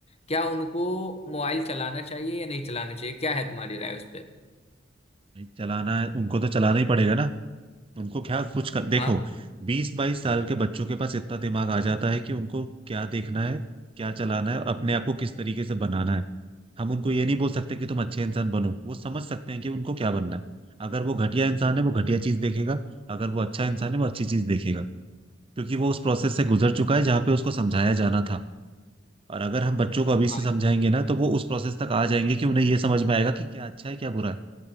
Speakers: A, on the left (about 30°); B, on the right (about 30°).
A: क्या उनको मोबाइल चलाना चाहिए या नहीं चलाना चाहिए क्या है तुम्हारी राय उस पर
B: भाई चलाना है उनको तो चलाना ही पड़ेगा ना उनको क्या कुछ कर, देखो
A: हाँ
B: बीस बाईस साल के बच्चों के पास इतना दिमाग आ जाता है कि उनको क्या देखना है क्या चलाना है अपने आप को किस तरीके से बनाना है हम उनको ये नहीं बोल सकते कि तुम अच्छे इंसान बनो वो समझ सकते हैं कि उनको क्या बनना है अगर वो घटिया इंसान है वो घटिया चीज देखेगा अगर वो अच्छा इंसान है वो अच्छी चीज देखेगा क्योंकि वो उस प्रोसेस से गुजर चुका है जहाँ पे उसको समझाया जाना था और अगर हम बच्चों को अभी से
A: हाँ
B: समझाएंगे ना तो वो उस प्रोसेस तक आ जाएंगे कि उन्हें ये समझ में आएगा कि क्या अच्छा है क्या बुरा है